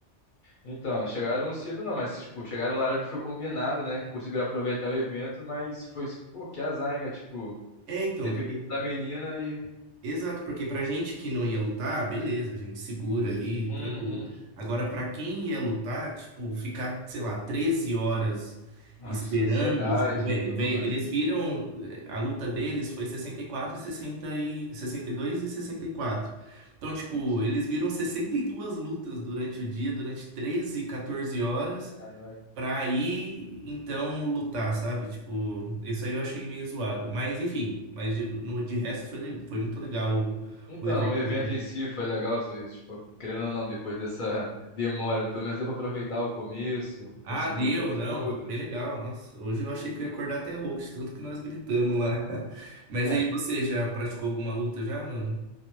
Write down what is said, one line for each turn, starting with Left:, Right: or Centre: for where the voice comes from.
Left: Então, chegaram cedo não, mas, tipo, chegaram na hora que foi combinado, né? Conseguiram aproveitar o evento, mas foi, pô, que azar, hein, cara? Tipo,
Right: É, então,
Left: dependendo
Right: porque,
Left: da menina e...
Right: exato, porque pra gente que não ia lutar, beleza, a gente segura ali,
Left: Uhum.
Right: tranquilo. Agora, pra quem ia lutar, tipo, ficar, sei lá, 13 horas
Left: Nossa,
Right: esperando,
Left: ansiedade
Right: tipo, ve-
Left: e tudo
Right: ve-
Left: mais.
Right: eles viram, eh, a luta deles foi sessenta e 60 e sessenta e dois e dois e sessenta e quatro Então, tipo,
Left: Putz,
Right: eles viram 62 lutas durante o dia, durante 13 14 horas.
Left: caraca.
Right: pra aí então lutar, sabe? Tipo, isso aí eu achei meio zoado. Mas enfim, mas de, no, de resto foi, le- foi muito legal o,
Left: Então,
Right: o evento.
Left: o evento
Right: assim.
Left: em si foi legal, vocês, tipo, querendo ou não, depois dessa demora, pelo menos deu pra aproveitar o começo, conseguiu
Right: Ah, deu,
Left: ver as
Right: não,
Left: lutas.
Right: foi bem legal. Nossa, hoje eu achei que eu ia acordar até rouco, de tanto que nós gritamos lá. <laughs> Mas
Left: <laughs>
Right: aí você já praticou alguma luta já, mano?